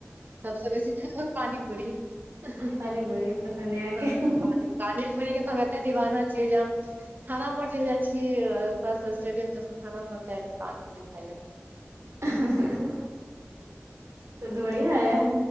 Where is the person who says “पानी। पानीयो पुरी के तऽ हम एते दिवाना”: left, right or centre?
Right